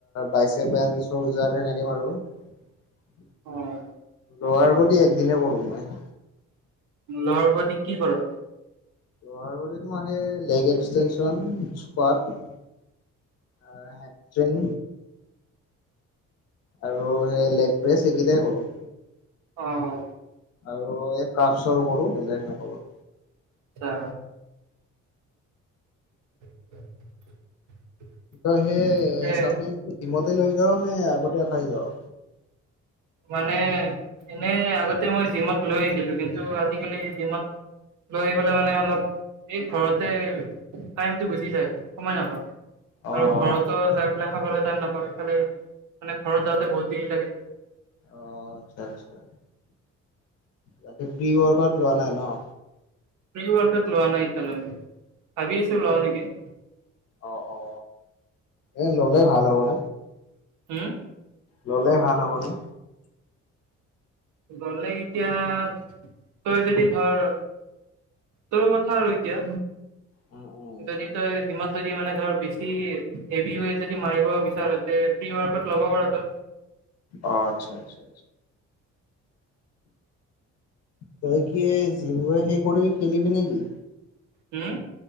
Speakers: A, on the left (about 55°); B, on the right (about 75°).
A: বাইচেপ এন্ড চলজাৰ সেনেকে মাৰো। <unintelligible>
B: অ',
A: লৌআৰ বডী এক দিনে কৰো মই।
B: লৌআৰ বডী কি কৰ?
A: লৱাৰ বডী মানে লেগ এক্সটেনচন স্কোৱাত। অ', হেপ্তেইং। আৰু সেই লেগ প্ৰেছ এইকেইটাই কৰো।
B: অ',
A: আৰু এই কাপ চৰ কৰো বেলেগ নকৰো।
B: আচ্ছা। <inaudible>
A: ই সেই
B: পিছে
A: চাটনিটো জিমতে লৈ যাওঁ নে আগতে খাই যাওঁ।
B: মানে এনেই আগতে মই জিমত লৈ আহিছিলো কিন্তু আজিকালি জিমত লৈ আহিবলৈ মানে অলপ এই ঘৰতে টাইমটো গুচি যায় সময় নাপাও।
A: অ
B: আৰু ঘৰতো
A: আচ্ছা।
B: যাই পেলাই খাবলৈ টাইম নাপাও ইফালে মানে ঘৰত যাওঁতে বহুত দেৰি লাগে।
A: অ, আচ্ছা - আচ্ছা তাকে প্ৰি ৱৰ্ত লোৱা নাই ন।
B: প্ৰি ৱাকাত লোৱা নাই এতিয়ালে মোৰ লঁও ভাবি আছোঁ লঁও‌ নেকি?
A: অ অ এ ল'লেই ভাল হ'ব ন
B: উম
A: ললে ভাল হ'বনে
B: ললে এতিয়াতই যদি ধৰ। তোৰ কথা আৰু এতিয়া।
A: উম উম
B: যদি
A: উম
B: তই যদি মানে ধৰ বেছি হেভি ৱেট যদি মাৰিব বিচাৰ প্ৰি ৱাৰকত ল'ব পাৰ ত
A: অ আচ্ছা আচ্ছা তই কি যি সে কৰিবি খেলিবি নেকি
B: উম!